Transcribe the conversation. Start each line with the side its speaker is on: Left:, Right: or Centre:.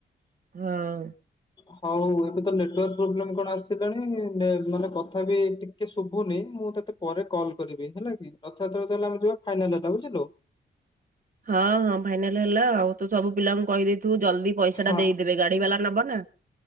Right: ହଁ।
Left: ହଉ ଏବେ ତ ନେଟୱାର୍କ୍ ପ୍ରୋବ୍ଲେମ୍ କଣ ଆସିଲାଣି ନେ ମାନେ କଥା ବି ଟିକେ ଶୁଭୁନି ମୁଁ ତତେ ପରେ କଲ୍ କରିବି ହେଲାକି। ରଥଯାତ୍ରକୁ ତାହେଲେ ଆମେ ଯିବା ଫାଇନାଲ୍ ହେଲା ବୁଝିଲୁ।
Right: ହଁ ହଁ ଫାଇନାଲ୍ ହେଲା ଆଉ ତୁ ସବୁ ପିଲାଙ୍କୁ କହିଦେଇଥିବୁ ଜଲଦି ପଇସାଟା
Left: ହଁ
Right: ଦେଇଦେଇଥିବେ ଗାଡି ବାଲା ନବନା।